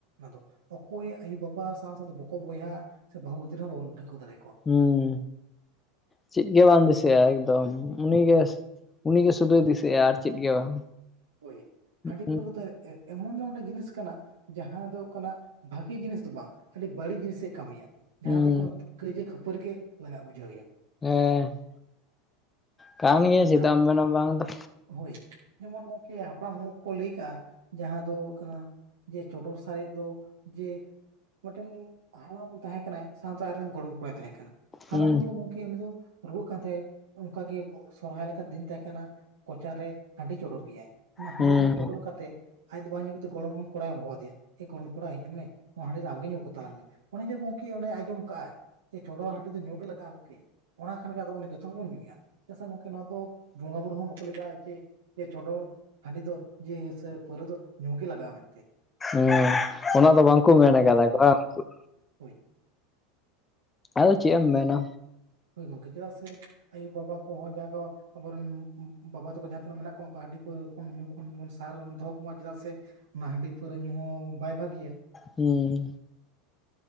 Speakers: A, on the right; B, on the left.
A: ᱟᱫᱚ ᱚᱠᱚᱭ ᱟᱭᱳᱼᱵᱟᱵᱟ ᱥᱟᱶ ᱥᱟᱶᱛᱮ ᱵᱚ ᱵᱚᱭᱦᱟ ᱥᱮ ᱵᱟᱹᱦᱩ ᱜᱤᱫᱽᱨᱟᱹ ᱦᱚᱸ ᱵᱟᱵᱚᱱ ᱴᱷᱣᱠᱟᱹ ᱫᱟᱲᱮᱭᱟᱠᱚᱼᱟ᱾
B: ᱦᱩᱸ ᱪᱮᱫ ᱜᱮ ᱵᱟᱝ ᱫᱤᱥᱟᱹᱜᱼᱟ ᱮᱠᱫᱚᱢ ᱩᱱᱤ
A: ᱦᱳᱭ
B: ᱜᱮ᱾
A: ᱦᱳᱭ
B: ᱩᱱᱤᱜᱮ ᱥᱩᱫᱷᱩ ᱫᱤᱥᱟᱹ ᱮᱭᱟᱭ ᱟᱨ ᱪᱮᱫ ᱜᱮ ᱵᱟᱝ᱾
A: ᱦᱳᱭ ᱦᱟᱺᱰᱤ
B: ᱦᱩᱸ
A: ᱯᱟᱹᱣᱨᱟᱹ ᱫᱚ ᱮᱢᱚᱱ ᱜᱮ ᱢᱤᱫᱴᱮᱡ ᱡᱤᱱᱤᱥ ᱠᱟᱱᱟᱼᱼ ᱡᱟᱦᱟᱸ ᱫᱚ ᱠᱟᱱᱟ ᱵᱷᱟᱹᱜᱤ ᱡᱤᱱᱤᱥ ᱫᱚ ᱵᱟᱝ ᱟᱹᱰᱤ ᱵᱟᱹᱲᱤᱡ ᱡᱤᱱᱤᱥᱮ ᱠᱟᱹᱢᱤᱭᱟ᱾ ᱡᱟᱦᱟ
B: ᱦᱩᱸ
A: ᱫᱚ ᱠᱚ ᱠᱟᱹᱭᱡᱟᱹ ᱠᱷᱟᱹᱯᱟᱹᱨᱤ ᱜᱮ ᱞᱟᱜᱟᱜ ᱵᱩᱡᱷᱟᱹᱣ ᱮᱭᱟ᱾
B: ᱦᱩᱸ᱾ ᱠᱟᱱ ᱜᱤᱭᱟᱧ ᱪᱮᱫᱟ
A: ᱦᱟᱯ-
B: ᱮᱢ ᱢᱮᱱᱟ ᱵᱟᱝ ᱫᱚ
A: ᱦᱳᱭ ᱡᱮᱢᱚᱱ ᱜᱚᱝᱠᱮ ᱦᱟᱯᱲᱟᱢ ᱦᱚᱲ ᱠᱚ ᱠᱚ ᱞᱟᱹᱭ ᱠᱟᱜᱼᱟ ᱡᱟᱦᱟᱸ ᱫᱚ ᱦᱩᱭᱩᱜ ᱠᱟᱱᱟ ᱼᱼ ᱡᱮ, ᱪᱚᱰᱚᱨ ᱥᱟᱨᱮᱡ ᱫᱚ ᱡᱮ ᱢᱤᱫᱴᱮᱱ ᱦᱟᱲᱟᱢ ᱛᱟᱦᱮᱸ ᱠᱟᱱᱟᱭ ᱥᱟᱶᱛᱟ ᱟᱡᱨᱮ ᱨᱮᱱ ᱜᱚᱲᱚᱢ ᱠᱚᱲᱟᱭ ᱛᱟᱦᱮᱸ ᱠᱟᱱᱟ, ᱦᱟᱲᱟᱢ
B: ᱦᱩᱸ
A: ᱫᱚ ᱜᱚᱝ ᱠᱤ ᱩᱱᱤ ᱫᱚ ᱨᱩᱣᱟᱹᱜ ᱠᱟᱱ ᱛᱟᱦᱮᱸ ᱚᱱᱠᱟᱜᱮ <unintelligible> ᱥᱚᱨᱦᱟᱭ ᱞᱮᱠᱟᱱ ᱫᱤᱱ ᱛᱟᱦᱮᱸ ᱠᱟᱱᱟ᱾ ᱠᱚᱪᱟᱨ ᱨᱮ ᱦᱟᱹᱰᱤ ᱪᱚᱰᱚᱨ ᱜᱮᱭᱟᱭ, ᱚᱱᱟ ᱦᱟᱹᱰᱤ
B: ᱦᱩᱸ
A: ᱫᱚ ᱪᱚᱰᱚᱨ ᱠᱟᱛᱮ ᱟᱡ ᱫᱚ ᱵᱟᱭ ᱧᱩ ᱠᱟᱛᱮᱫ ᱜᱚᱲᱚᱢ ᱠᱚᱲᱟᱭ ᱦᱚᱦᱚ ᱟᱫᱮᱭᱟ, ᱮ ᱜᱚᱲᱚᱢ ᱠᱚᱲᱟ ᱦᱤᱡᱩ ᱢᱮ ᱱᱚᱣᱟ ᱦᱟᱸᱰᱤ ᱫᱚ ᱟᱢᱜᱮ ᱧᱩ ᱠᱟᱛᱟᱞᱟᱝ ᱢᱮ᱾ ᱚᱱᱮ ᱡᱮ ᱜᱚᱝᱠᱮ ᱚᱱᱮᱭ ᱟᱸᱡᱚᱢ ᱠᱟᱜ-ᱟᱭ᱾ ᱪᱚᱰᱚᱨ ᱦᱟᱹᱴᱤ ᱫᱚ ᱧᱩ ᱜᱮ ᱞᱟᱜᱟᱜ-ᱟ ᱜᱚᱝᱠᱮ, ᱚᱱᱟ ᱠᱷᱟᱱ ᱜᱮ ᱟᱫᱚ ᱡᱚᱛᱚ ᱵᱚᱱ ᱧᱩᱭᱟ, ᱪᱮᱫᱟᱜ ᱥᱮ ᱜᱚᱝᱠᱮ ᱱᱚᱣᱟ ᱫᱚ ᱵᱚᱸᱜᱟ ᱵᱩᱨᱩ ᱦᱚᱸ ᱵᱟᱠᱚ ᱞᱟᱹᱭ ᱠᱟᱜ-ᱟ, ᱡᱮ ᱡᱮ ᱪᱚᱰᱚᱨ ᱦᱟᱹᱰᱤ ᱫᱚ ᱡᱮ ᱥᱮ ᱯᱟᱹᱣᱨᱟᱹ ᱫᱚ ᱧᱩ ᱜᱮ ᱞᱟᱜᱟᱜ-ᱟ ᱢᱮᱱᱛᱮ᱾
B: <unintelligible> ᱚᱱᱟ ᱫᱚ ᱵᱟᱝᱠᱚ ᱢᱮᱱ ᱠᱟᱫᱟ ᱠᱚ <unintelligible>
A: ᱦᱚᱭ᱾
B: ᱟᱫᱚ ᱪᱮᱜ ᱮᱢ ᱢᱮᱱᱟ᱾
A: ᱦᱳᱭ ᱜᱚᱝᱠᱮ, ᱪᱮᱫᱟᱜ ᱥᱮ ᱟᱭᱩᱼᱵᱟᱵᱟ ᱠᱚᱦᱚᱸ ᱡᱟᱠᱚ ᱟᱵᱚᱨᱮᱱ <unintelligible> ᱵᱟᱵᱟ ᱛᱟᱠᱚ ᱡᱟᱦᱟᱸ ᱛᱤᱱᱟᱹᱜ ᱢᱮᱱᱟᱜ ᱠᱚᱣᱟ ᱩᱱᱠᱩ ᱦᱟᱹᱰᱤ ᱯᱟᱹᱣᱨᱟᱹ ᱠᱷᱚᱱ ᱧᱩ ᱠᱷᱚᱱ ᱥᱟᱦᱟᱨ ᱨᱮᱵᱚᱱ ᱫᱚᱦᱚ ᱠᱚᱢᱟ ᱪᱮᱫᱟᱜ ᱥᱮ ᱚᱱᱟ ᱦᱟᱰᱤ ᱯᱟᱹᱣᱨᱟᱹ ᱧᱩ ᱦᱚᱸ ᱵᱟᱭ ᱵᱷᱟᱹᱜᱤᱭᱟ᱾
B: ᱦᱩᱸ,